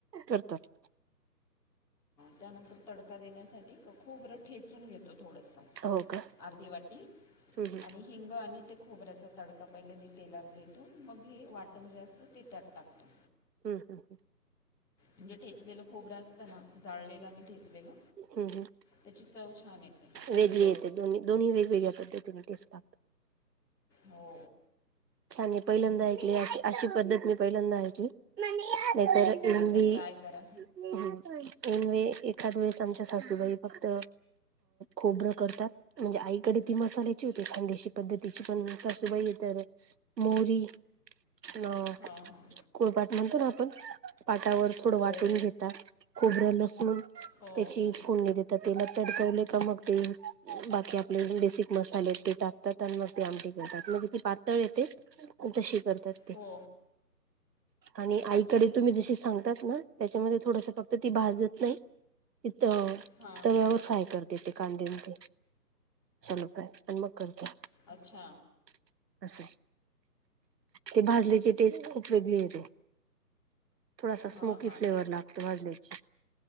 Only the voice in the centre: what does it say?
त्यानंतर तडका देण्यासाठी खोबर ठेचून घेतो. थोडंस,
अर्धी वाटी
आणि हिंग आणि ते खोबऱ्याचं तडका पहिल्यांदि तेलाल देतो, मग हे वाटण जे असतं ते त्यात टाकतो.
म्हणजे ठेचलेलं खोबरं असत ना, जाळलेलं आणि ठेचलेलं,
त्याची चव छान येते हिंग
हो
आणि म्हणजे
स-
हो
एकदा ट्राय करा
हां हां
हो
हो
हो
हो
अच्छा
अच्छा
हां
अच्छा
हां हां
ते